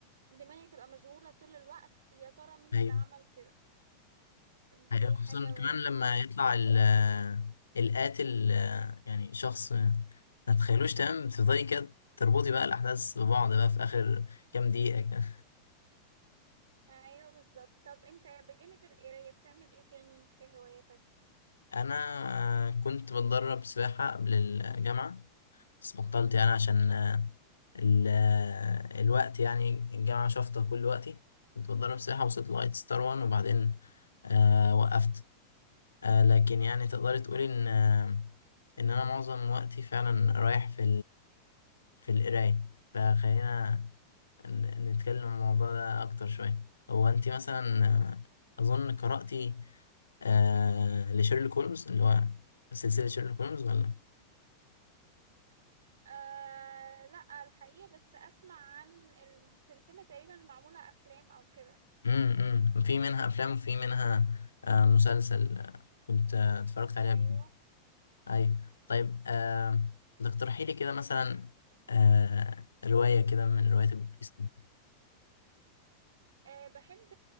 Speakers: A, on the right; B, on the left.
A: دماغي تبقى مشغولة طول الوقت يا ترى مين
B: ايوه
A: اللي عمل كده
B: أيوة،
A: دي
B: خصوصا
A: حاجة
B: كمان لما
A: بتبقى لذيذة
B: يطلع ال- القاتل آه، يعني شخص ما تتخيلوش تمام تفضلي كده تربطي بقى الأحداث ببعض بقى في آخر كام دقيقة كده
A: ايوه بالظبط طب انت بجانب القرايه بتعمل ايه تاني في هواياتك
B: أنا آه، كنت بتدرب سباحة قبل الجامعة بس بطلت يعني عشان آه، ال- آه، الوقت يعني الجامعة شافطة كل وقتي كنت بتدرب سباحة وصلت لغاية ستار وان وبعدين آه، وقفت آه، لكن يعني تقدري تقولي إن آه، إن أنا معظم وقتي فعلا رايح في في القراية فخلينا ن- نتكلم عن الموضوع ده أكتر شوية هو أنت مثلا آه، أظن قرأتي آه لشيرلوك هولمز اللي هو سلسلة شيرلوك هولمز ولا؟
A: آه لا الحقيقه بس اسمع عن السلسله تقريبا معموله افلام او كده
B: امم في منها أفلام وفي منها آه مسلسل آه، كنت آه، اتفرجت عليها
A: ايوه
B: قبل كده. أيوة طيب آه تقترحي لي كده مثلا آه رواية كده من روايات البوليس دي.
A: آه بحب